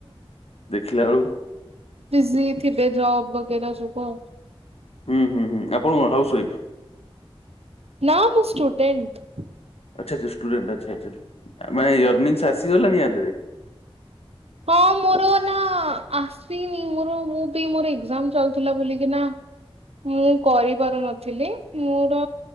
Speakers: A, on the left; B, on the right.
A: ଦେଖିଲା ବେଳକୁ
B: ବିଜି ଥିବେ ଜବ୍ ବଗେରା ଯୋଗୁଁ।
A: ହୁଁ ହୁଁ ହୁଁ। ଆପଣ କଣ ହାଉସୱଇଫ?
B: ନା ମୁଁ ଷ୍ଟୁଡେଣ୍ଟ।
A: ଆଚ୍ଛା ଆଚ୍ଛା ଷ୍ଟୁଡେଣ୍ଟ୍ ଆଚ୍ଛା ଆଚ୍ଛା। ମା ୟରନିଙ୍ଗସ୍ ଆସିଗଲାଣି ୟା ଦେହରେ?
B: ହଁ ମୋର ନା ଆସିନି ମୋର ମୁଁ ବି ମୋର ଏଗଜାମ ଚାଲ ଥିଲା ବୁଲିକି ନା ମୁଁ କରିପାରୁନଥିଲି। ମୋର